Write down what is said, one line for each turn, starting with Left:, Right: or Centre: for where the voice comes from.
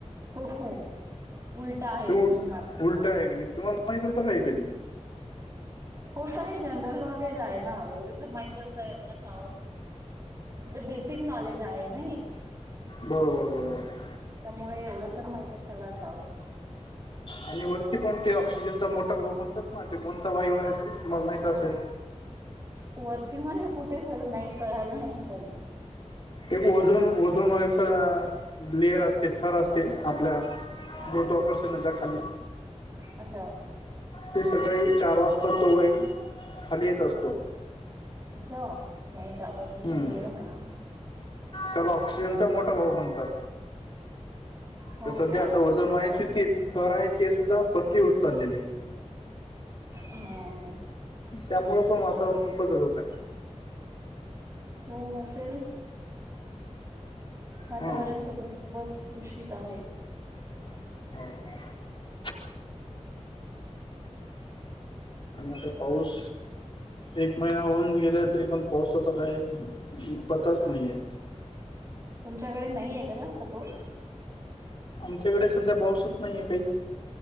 Right: हो. उलट आहे
Left: ते
Right: माणसाच
Left: उलटा आहे क तुम्हाला माहित होतं का कधी?
Right: हो तर हे जनरल नॉलेज आहे ना एवढं तर माहिती तसव जे बेसिक नॉलेज आहे ना हे.
Left: बरोबरं बरोंबर.
Right: त्यामुळे एवढं तर माहित असायलाचवं.
Left: आणि वरती पण ते ऑक्सिजनचा मोठा भाव म्हणतात ना ते कोणता वायू आहे तो तुम्हाला माहित असेल.
Right: वरती माझे कुठे सर नाही कळालं नाही सर
Left: एक ओजन ओजन वस लेअर असते थर असते आपल्या गुरुत्वाकर्षणाच्या खाली
Right: अच्छा.
Left: ते सकाळी चार वाजता तो वायू खाली येत असतो.
Right: जा नाही त्याबद्दल
Left: हम्म.
Right: काही एवढं माहिती नाही.
Left: त्याला ऑक्सिजनचा मोठा भाव म्हणतात.
Right: हो
Left: तर सध्या
Right: का
Left: आता वजन व्हायची ती थर आहे ते सुद्धा पतली होत चाललेली आहे.
Right: हम्.
Left: त्यामुळे पण वातावरणात बदल होत आहे.
Right: हो असेल. वातावरण
Left: हा
Right: सधा खूपच दुषित आहे.
Left: हो. आणि आता पाऊस एक महिना होऊन गेला तरी पण पावसाचा काही पताच नाही आहे.
Right: तुमच्याकडे नाहीये का जास्त पाऊस
Left: आमच्याकडे सध्या पाऊसच नाहीये काहीच